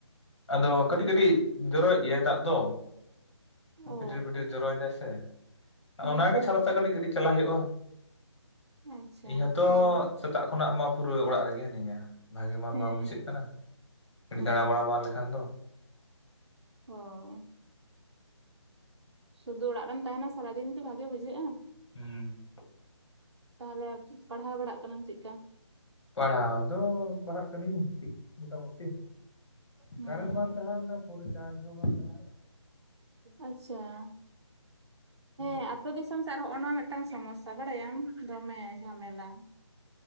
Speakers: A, on the left; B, on the right.
A: ᱟᱫᱚ ᱠᱟᱹᱴᱤᱡ ᱠᱟᱹᱴᱤᱡ ᱡᱚᱨᱚᱭᱮᱫ ᱜᱮᱭᱟᱭ ᱫᱟᱜ ᱫᱚ‌ ᱾
B: ᱚ
A: ᱯᱷᱤᱴᱤᱨ ᱯᱷᱤᱴᱤᱨ ᱡᱚᱨᱚᱭᱮᱫᱟᱭ ᱥᱮ ᱾
B: ᱦᱮᱸ
A: ᱚᱱᱟᱜᱮ
B: ᱦᱮᱸ
A: ᱪᱷᱟᱛᱟ ᱥᱟᱵ ᱠᱟᱛᱜ ᱠᱟᱹᱴᱤᱡ ᱪᱟᱞᱟᱜ ᱦᱩᱭᱩᱜᱼᱟ ᱾ <inaudible>
B: ᱟᱪᱪᱷᱟ
A: ᱤᱧ ᱦᱚᱸᱛᱚ
B: ᱦᱳᱭ
A: ᱥᱮᱛ ᱥᱮᱛᱟᱜ ᱠᱷᱚᱱᱟᱜ ᱢᱟ ᱯᱩᱨᱟᱹ ᱚᱲᱟᱜ ᱨᱮᱜᱮ ᱦᱤᱱᱟᱹᱧᱟ, ᱵᱷᱟᱜᱮ ᱢᱟ
B: ᱦᱮᱸ
A: ᱵᱟᱝ ᱵᱩᱡᱷᱟᱹᱜ ᱠᱟᱱᱟ ᱠᱟᱹᱴᱤᱡ
B: ᱦᱮᱸ
A: ᱫᱟᱬᱟ ᱵᱟᱲᱟ
B: ᱛᱚ
A: ᱵᱟᱝ ᱞᱮᱠᱷ ᱟᱱ ᱫᱚ
B: ᱚᱻ ᱥᱩᱫᱩ ᱚᱲᱟᱜ ᱨᱮᱢ ᱛᱟᱦᱮᱱᱟ ᱥᱟᱨᱟ ᱫᱤᱱ ᱠᱤ ᱵᱷᱟᱜᱮ ᱵᱩᱡᱷᱟᱹᱜᱼᱟ ᱾
A: ᱦᱩᱸ ᱾
B: ᱛᱟᱦᱚᱞᱮ ᱯᱟᱲᱦᱟᱣ ᱵᱟᱲᱟᱜ ᱠᱟᱱᱟᱢ ᱪᱮᱜᱠᱟ?
A: ᱯᱟᱲᱦᱟᱣ ᱫᱚ ᱯᱟᱲᱦᱟᱜ ᱠᱟᱹᱱᱟᱧ ᱴᱷᱤᱠ ᱢᱚᱴᱟ ᱢᱩᱴᱤ ᱾
B: ᱦᱩᱸ
A: ᱠᱟᱨᱮᱱᱴ ᱵᱟᱝ ᱛᱟᱦᱮᱸ ᱞᱮᱱᱟ ᱯᱷᱳᱱ ᱨᱮ ᱪᱟᱨᱡᱽ ᱦᱚᱸ ᱵᱟᱝ ᱛᱟᱦᱮᱸ ᱞᱮᱱᱟ
B: ᱟᱪᱪᱷᱟ
A: ᱾ <inaudible> <unintelligible>
B: ᱦᱮᱸ ᱟᱛᱳ ᱫᱤᱥᱚᱢ ᱥᱮᱫ ᱟᱨ ᱦᱚᱜ-ᱚ ᱱᱚᱣᱟ ᱢᱤᱫᱴᱟᱝ ᱥᱚᱢᱚᱥᱥᱟ ᱵᱟᱲᱟᱭᱟᱢ, ᱫᱚᱢᱮ ᱡᱷᱟᱢᱮᱞᱟ ᱾